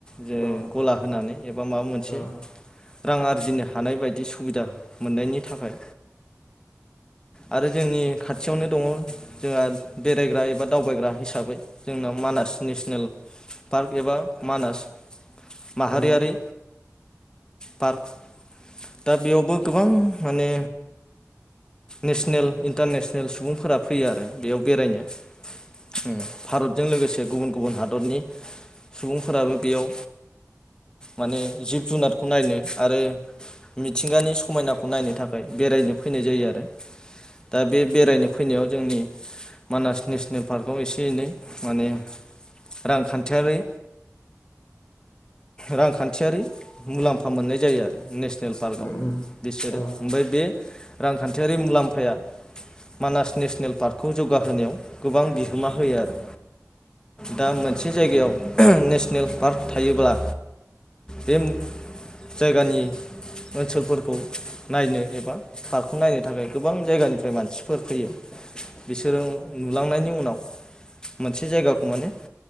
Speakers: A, on the left (about 15°); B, on the left (about 45°).
A: जे
B: औ
A: गला होनानै एबा माबा मोनसे
B: औ
A: रां आरजिनो हानाय बायदि सुबिदा मोननायनि थाखाय आरो जोंनि खाथियावनो दङ जोंहा बेरायग्रा एबा दावबायग्रा हिसाबै जोंनाव मानास नेसनेल पार्क एबा मानास माहारियारि
B: उम औ
A: पार्क दा बेयावबो गोबां माने नेसनेल इन्टारनेसनेल सुबुंफोरा फैयो आरो बेयाव बेरायनो ओम भारत जों लोगोसे गुबुन गुबुन हादरनि सुबुंफोराबो बेयाव माने जिब जुनारखौ नायनो आरो मिथिंगानि समायनाखौ नायनो था खाय बेरायनो फैनाय जायो आरो दा बे बेरायनो फैनायाव जोंनि मानास नेसनेल पार्कआव एसे एनै माने रांखान थियारि रांखान्थियारि मुलाम्फा मोननाय जायो आरो नेस नेल पार्कआव
B: उम उम
A: बिसोरो
B: औ
A: ओमफ्राय बे रांखान्थियारि मुलाम्फाया मानास नेसनेल पार्कखौ जौगाहोनायाव गोबां बिहोमा होयो आरो दा मोनसे जायगायाव नेसनेल पार्क थायोब्ला बे जायगानि ओनसोलफोरखौ नायनो एबा पार्कखौ नायनो थाखाय गोबां जायगानिफ्राय मानसिफोर फैयो। बिसोरो नुलांनायनि उनाव मोनसे जायगाखौ माने